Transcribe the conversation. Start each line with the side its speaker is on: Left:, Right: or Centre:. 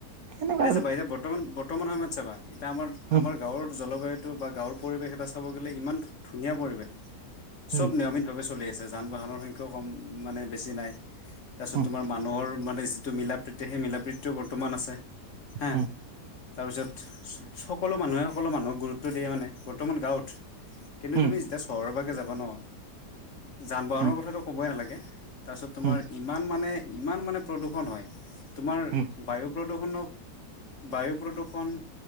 Right: সেনেকুৱা
Left: এতিয়া
Right: আৰু
Left: চাবা বৰ্তমান বৰ্তমান সময়ত চাবা, এতিয়া আমাৰ,
Right: উম
Left: আমাৰ গাঁৱৰ জলবায়ুটো বা গাঁৱৰ পৰিৱেশ এটা চাব গ'লে, ইমান ধুনীয়া পৰিৱেশ। চব
Right: উম
Left: নিয়মিতভাৱে চলি আছে, যান-বাহনৰ সংখ্যাও কম মানে বেছি নাই। তাৰপিছত
Right: উম
Left: তোমাৰ মানুহৰ মানে যিটো মিলা প্ৰীতি, সেই মিলা প্ৰীতিটোও, বৰ্তমান আছে। হা,
Right: উম
Left: তাৰপিছত সকলো মানুহে, সকলো মানুহক গুৰুত্ব দিয়ে, মানে বৰ্তমান গাঁৱত। কিন্তু
Right: উম
Left: তুমি
Right: উম
Left: যেতিয়া চহৰৰ বাগে, যাবা ন যান বাহনৰ
Right: উম
Left: কথাটো ক'বই নালাগে, তাৰপিছত তোমাৰ
Right: উম
Left: ইমান মানে, ইমান মানে প্ৰদূষণ হয়, তোমাৰ
Right: উম
Left: বায়ু প্ৰদূৰষণক বায়ু প্ৰদূৰষণ,